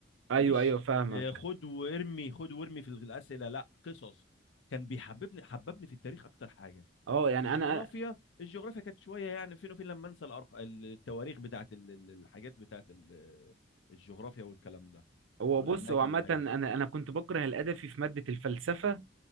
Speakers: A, on the right (about 85°); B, on the left (about 70°).
A: ايوه
B: مش
A: ايوه فاهمك
B: آه، خد وارمي خد وارمي في الاسئله لا قصص كان بيحببني حببني في التاريخ اكتر حاجه
A: اه يعني
B: الجغرافيا
A: انا
B: الجغرافيا كانت شويه يعني فين وفين لما انسى الأرق... التواريخ بتاعت ال- ال- الحاجات بتاعت ال- الجغرافيا والكلام ده
A: هو
B: والاماكن
A: بص هو عامه
B: والحاجات
A: انا
B: دي
A: انا كنت بكره الادبي في ماده الفلسفه